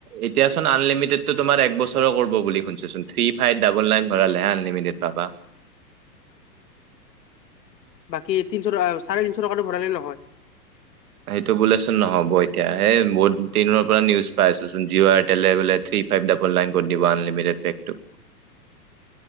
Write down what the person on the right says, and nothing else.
এতিয়া চোন আনলিমিটেডটো তোমাৰ এক বছৰৰ কৰব বুলি শুনিছোঁ চোন থ্ৰী ফাইভ ডাবল নাইন ভৰালেহে আনলিমিটেড পাবা।
সেইটো বোলেচোন নহ'ব এতিয়া, সেই বহুত দিনৰ পৰা নিউজ পাই আছোঁ চোন জিঅ' এয়াৰটলে বোলে থ্ৰী ফাইভ ডাবল নাইন কৰি দিব আনলিমিটেড পেকটো।